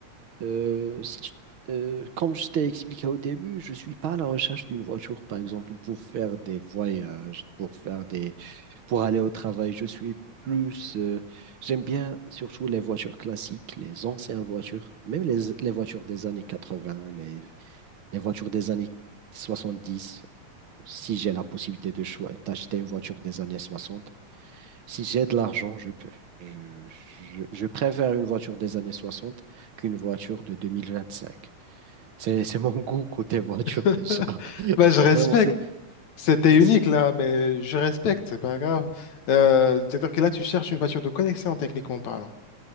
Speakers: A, on the right; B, on the left.
A: Euh, si tu- euh, comme je t'ai expliqué au début, je ne suis pas à la recherche d'une voiture, par exemple, pour faire des voyages, pour faire des, pour aller au travail. Je suis plus, euh, j'aime bien surtout les voitures classiques, les anciennes voitures, même les, les voitures des années 80, les, les voitures des années 70. Si j'ai la possibilité de choi- d'acheter une voiture des années 60. Si j'ai de l'argent, je peux. Je, je- je préfère une voiture des années 60 qu'une voiture de 2025. C'est, c'est mon <laughs> goût côté voiture
B: <laughs>
A: déjà. <laughs>
B: Bah, je respecte.
A: Vraiment, c'est
B: C'était unique
A: c'est
B: là, mais je respecte, c'est pas grave. Euh, c'est-à-dire que là, tu cherches une voiture de collection, techniquement parlant.